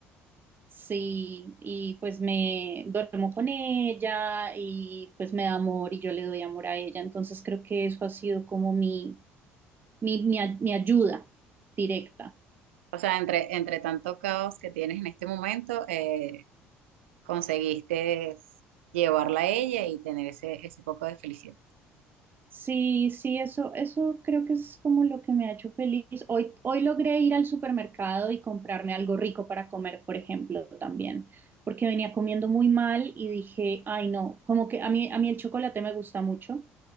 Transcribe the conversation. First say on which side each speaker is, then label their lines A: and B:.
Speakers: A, on the right (about 30°); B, on the right (about 75°).
A: sí, y pues me duermo con ella y pues me da amor y yo le doy amor a ella, entonces creo que eso ha sido como mi, mi, mi, a- mi ayuda directa.
B: O sea, entre, entre tanto caos que tienes en este momento, eh, conseguiste llevarla a ella y tener ese, ese poco de felicidad.
A: Sí, sí, eso, eso creo que es como lo que me ha hecho feliz. Hoy, hoy logré ir al supermercado y comprarme algo rico para comer, por ejemplo, también, porque venía comiendo muy mal y dije, ay, no, como que a mí, a mí el chocolate me gusta mucho